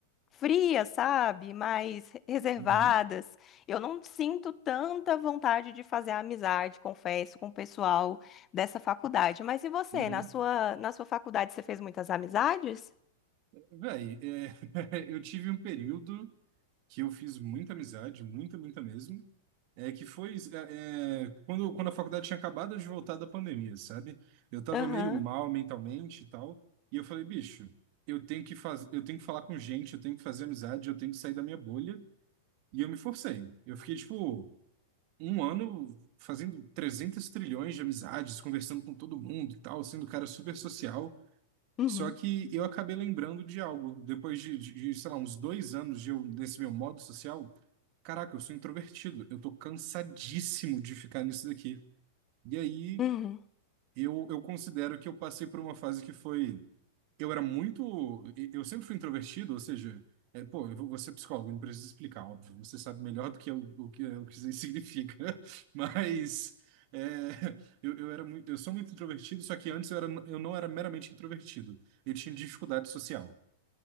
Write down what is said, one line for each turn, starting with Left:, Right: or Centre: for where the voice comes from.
Left: frias, sabe? Mais reservadas.
Right: uhum,
Left: Eu não sinto tanta vontade de fazer amizade, confesso, com o pessoal dessa faculdade. Mas e você?
Right: uhum.
Left: Na sua, na sua faculdade, você fez muitas amizades?
Right: Véi, é, <laughs> eu tive um período. que eu fiz muita amizade, muita, muita mesmo. É que foi é, é, quando, quando a faculdade tinha acabado de voltar da pandemia, sabe? Eu tava
Left: Aham.
Right: meio mal mentalmente e tal. E eu falei, bicho, eu tenho que faz... eu tenho que falar com gente, eu tenho que fazer amizade, eu tenho que sair da minha bolha. E eu me forcei. Eu fiquei, tipo, um ano fazendo 300 trilhões de amizades, conversando com todo mundo e tal, sendo um cara super social.
Left: Uhum.
Right: Só que eu acabei lembrando de algo. Depois de, de- de, sei lá, uns dois anos de eu, desse meu modo social, caraca, eu sou introvertido. Eu tô cansadíssimo de ficar nisso daqui. E aí
Left: Uhum.
Right: eu, eu considero que eu passei por uma fase que foi eu era muito. Eu sempre fui introvertido, ou seja, é, pô, eu vou vou ser psicólogo, não preciso explicar, óbvio. Você sabe melhor do que eu, o que, o que isso aí <laughs> significa. Mas é, eu, eu era muito, eu sou muito introvertido, só que antes eu, era, eu não era meramente introvertido. Eu tinha dificuldade social.